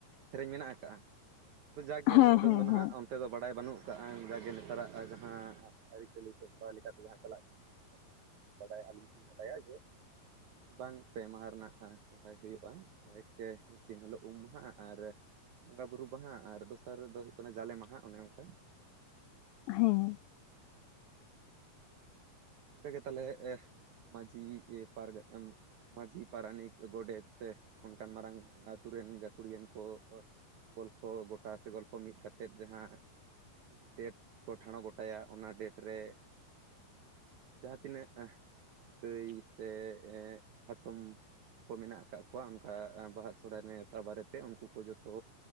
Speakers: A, on the right; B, on the left.
A: ᱥᱮᱨᱮᱧ ᱢᱮᱱᱟᱜ ᱟᱠᱟᱟᱜᱼᱟ ᱡᱟᱜ ᱜᱮ
B: ᱦᱮᱸ
A: ᱩᱱᱟᱹᱜ ᱩᱰᱩᱝ
B: ᱦᱮᱸ
A: ᱫᱚ
B: ᱦᱮᱸ
A: ᱱᱟᱦᱟᱸᱜ ᱚᱱᱛᱮ ᱫᱚ ᱵᱟᱲᱟᱭ ᱵᱟᱹᱱᱩᱜ ᱠᱟᱜᱼᱟ ᱡᱟᱜᱮ ᱱᱟᱜ ᱪᱟᱞᱟᱜ-ᱟ ᱡᱟᱦᱟᱸ ᱟᱹᱨᱤᱪᱟᱹᱞᱤ ᱥᱮ ᱥᱨᱟᱦᱟᱭ ᱞᱮᱠᱟᱛᱮ ᱡᱟᱦᱟᱸ ᱪᱟᱞᱟᱜ ᱠᱟᱱᱟ ᱚᱱᱟ ᱫᱟ ᱵᱟᱰᱟᱭᱟ ᱟᱹᱞᱤᱧ ᱫᱚ ᱞᱤᱧ ᱵᱟᱰᱟᱭᱟ ᱡᱮ ᱵᱟᱝ ᱯᱮ ᱢᱟᱦᱟ ᱨᱮᱱᱟᱜ ᱥᱚᱨᱦᱟᱭ ᱦᱩᱭᱩᱜᱼᱟ ᱮᱠᱮ ᱢᱤᱫ ᱫᱤᱱ ᱦᱤᱞᱳᱜ ᱩᱢ ᱢᱟᱦᱟ ᱟᱨ ᱵᱚᱸᱜᱟ ᱵᱩᱨᱩ ᱢᱟᱦᱟ ᱟᱨ ᱫᱚᱥᱟᱨ ᱨᱮ ᱫᱚ ᱦᱩᱭᱩᱜ ᱠᱟᱱᱟ ᱡᱟᱞᱮ ᱢᱟᱦᱟ ᱚᱱᱮ ᱚᱱᱠᱟ
B: ᱦᱮᱸ
A: ᱦᱮᱸ ᱚᱱᱠᱟ ᱜᱮ ᱛᱟᱦᱚᱞᱮ ᱢᱟᱺᱡᱷᱤ ᱯᱟᱨᱜᱟ ᱢᱟᱺᱡᱷᱤ ᱯᱟᱨᱟᱱᱤᱠ ᱜᱚᱰᱮᱛ ᱛᱮ ᱚᱱᱠᱟᱱ ᱢᱟᱨᱟᱝ ᱟᱛᱩ ᱨᱮᱱ ᱜᱟᱹᱠᱷᱩᱲᱤᱭᱟᱱ ᱠᱚ ᱜᱚᱞᱯᱷᱚ ᱜᱳᱴᱟ ᱥᱮ ᱜᱚᱞᱯᱷᱚ ᱢᱤᱫ ᱠᱟᱛᱮᱫ ᱡᱟᱦᱟᱸ ᱢᱤᱫᱴᱤᱡ ᱰᱮᱴ ᱠᱚ ᱴᱷᱟᱬᱚᱸ ᱜᱚᱴᱟᱭᱟ ᱚᱱᱟ ᱰᱮᱴ ᱨᱮ ᱡᱟᱦᱟᱸ ᱛᱤᱱᱟᱹᱜ ᱫᱟᱹᱭ ᱥᱮ ᱦᱟᱛᱚᱢ ᱠᱚ ᱢᱮᱱᱟᱜ ᱟᱠᱟᱫ ᱠᱚᱣᱟ ᱚᱱᱠᱟ ᱵᱟᱦᱟ ᱥᱚᱨᱚᱦᱟᱭ ᱱᱮᱶᱛᱟ ᱵᱟᱨᱮ ᱛᱮ ᱩᱱᱠᱩ ᱠᱚ ᱡᱷᱚᱛᱚ